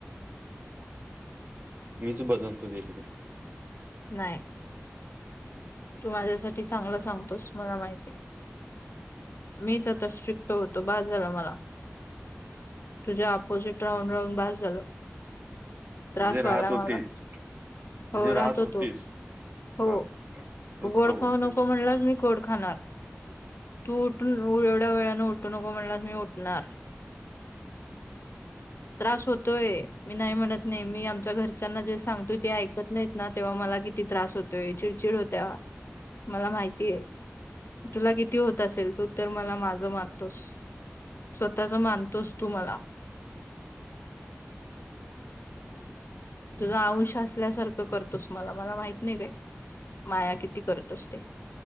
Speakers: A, on the right (about 45°); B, on the left (about 60°).
A: मीच बदलतो घे तिकडे
B: नाही. तू माझ्यासाठी चांगलं सांगतोस मला माहिती मीच आता स्ट्रिक्ट होतो बास झाला मला तुझ्या अपोजिट राहून राहून बास झालं त्रास
A: म्हणजे राहत
B: व्हायला
A: होतेच
B: मला हो
A: म्हणजे राहत
B: राहतो
A: होतीस
B: तो हो
A: बर तूच
B: गोड
A: कबूल
B: खाऊ
A: केलं.
B: नको म्हणलाच मी गोड खाणार तू उठून एवढ्या वेळने उठू नको म्हणलास मी उठणार. त्रास होतोय मी नाही म्हणत नाही मी आमच्या घरच्यांना जे सांगतोय ते ऐकत नाही. ना तेव्हा मला किती त्रास होतोय चिडचिड होत्या मला माहिती आहे. तुला किती होत असेल तू तर मला माझं मानतोस. स्वतःच मानतोस तू मला तुझा आयुंश असल्यासारखं करतोस मला मला माहित नाही काय माया किती करतो ते